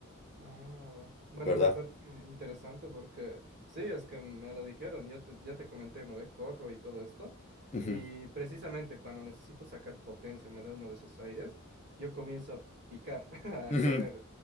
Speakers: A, on the right; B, on the left.
A: Ah, va. bueno,
B: ¿verdad?
A: me parece interesante porque sí, es que me lo dijeron, yo te- ya te comenté una vez, corro y todo esto,
B: Ujú,
A: y precisamente cuando necesito sacar potencia, me da uno de esos aires, yo comienzo a picar, <laughs> a
B: ujú.
A: correr,